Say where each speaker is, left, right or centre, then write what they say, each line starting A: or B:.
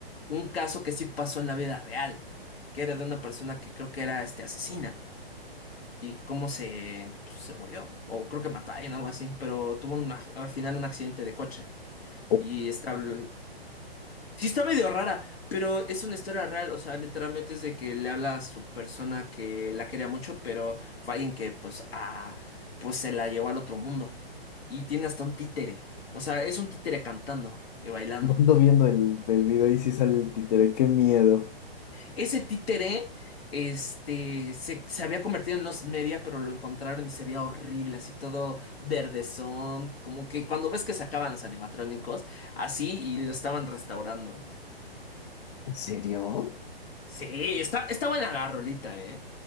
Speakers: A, on the left; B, on the left.
A: un caso que sí pasó en la vida real, que era de una persona que creo que era este asesina y cómo se, pues, se murió, o creo que mató a alguien, algo así, pero tuvo una- al final un accidente de coche
B: Ok.
A: y está, habl- Sí está medio rara, pero es una historia real, o sea, literalmente es de que le habla a su persona que la quería mucho, pero fue alguien que pues a pues se la llevó al otro mundo y tiene hasta un títere. O sea, es un títere cantando y bailando.
B: Ya ando viendo el, el video y si sale el títere, qué miedo.
A: Ese títere este se, se había convertido en los media, pero lo encontraron y se veía horrible, así todo verdezón, como que cuando ves que sacaban los animatrónicos, así y lo estaban restaurando.
B: ¿En serio?
A: Sí, está está buena la rolita, ¿eh?